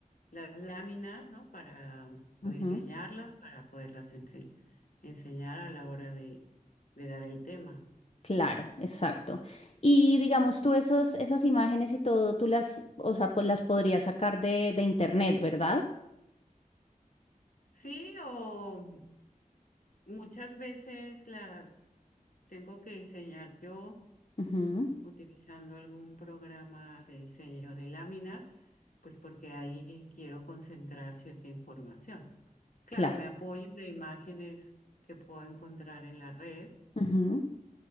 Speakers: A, on the left; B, on the left.
A: las láminas, ¿no? Para mm, o
B: Ujú.
A: diseñarlas para poderlas ense- enseñar a la hora de de dar el tema.
B: Claro, exacto. Y digamos tú esos, esas imágenes y todo, tú las, o sea, pues las podrías sacar de, de internet, ¿verdad?
A: Sí, o Muchas veces las tengo que diseñar yo
B: Ujú,
A: utilizando algún programa de diseño de láminas, pues porque ahí quiero concentrar cierta información. Claro,
B: claro.
A: me apoyo de imágenes que puedo encontrar en la red
B: Ujú.